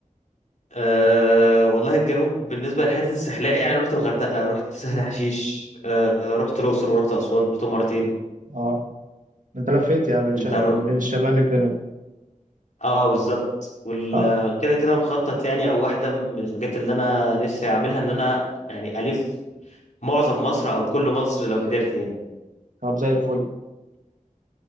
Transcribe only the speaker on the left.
آه والله الجنوب بالنسبه للحته الساحليه يعني رحت الغردقه رحت سهل
حشيش آه رحت الاقصر ورحت اسوان رحتهم مرتين
انت رو...
اه بالظبط وال
كده كده مخطط يعني او واحده من الحاجات اللي انا نفسي اعملها ان انا يعني الف معظم مصر او كل مصر لو قدرت يعني